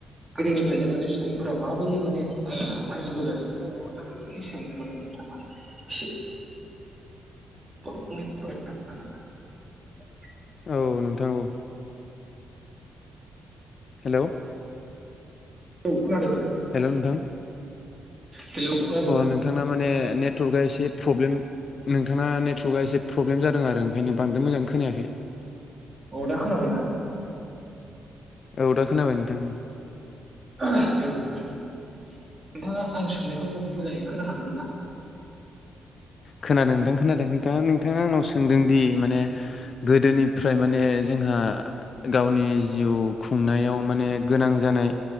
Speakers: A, on the right; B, on the left.
A: गोदोनिफ्रायनो माने सुबुंफोरा माबोरै माने ओ आरजिबो गासिनो दङ दा बैफोरनि सायावनो माने नोंथाङा एसे <unintelligible>
B: औ नोंथां औ हेल'
A: औ खोनादों
B: नोंथां
A: हेलौ खोनादों
B: अ
A: ना
B: नोंथांना माने नेटवर्कआ एसे प्रब्लेम नोंथाङा नेटवर्कआ एसे प्रब्लेम जादों आरो ओंखायनो बांद्राय मोजाङै खोनायाखै
A: औ दा खोना बायना?
B: औ दा खोनाबाय नोंथां ओं
A: औ नोंथाङा आं सोंनायखौ मोजाङै खोना हादोंमोन ना?
B: खोनादों नोंथां खोनादों दा नोंथाङा आंनाव सोंदोंदि माने गोदोनिफ्राय माने जोंहा गावनि जिउ खुंनायाव माने गोनां जानाय